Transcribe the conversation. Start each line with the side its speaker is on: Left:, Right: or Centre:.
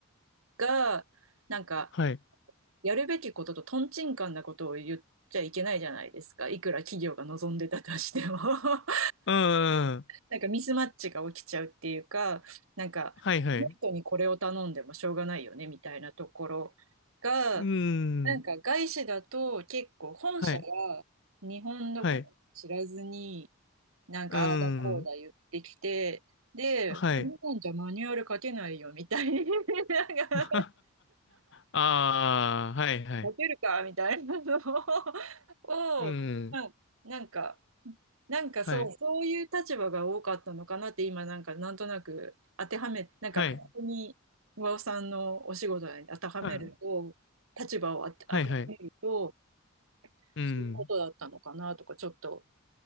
Right: が、なんか、
Left: はい。
Right: やるべきこととトンチンカンなことを言っちゃいけないじゃないですか。いくら企業が望んでたとしても <laughs>
Left: うん。
Right: なんかミスマッチが起きちゃうっていうか、なんか、
Left: はいはい。
Right: この人にこれを頼んでもしょうがないよね、みたいなところが、
Left: うん。
Right: なんか外資だと結構本社が日本のことを知らずに、
Left: はい。はい。
Right: なんかああだこうだ言ってきて、
Left: うん。
Right: で、
Left: はい。
Right: 日本じゃマニュアル書けないよみたいな、<laughs> なんか
Left: <laughs> ああ、はいはい。
Right: モテるかみたいなのを、<laughs> をうんなんか、
Left: うん。
Right: なんかそう、
Left: はい。
Right: そういう立場が多かったのかなって今なんかなんとなく当てはめ、なんかここに和尾さんのお仕事に当てはめると、
Left: はい。はい
Right: 立場を当て、
Left: はいはい。
Right: 当てはめると、
Left: うん。
Right: そういうことだったのかなとかちょっと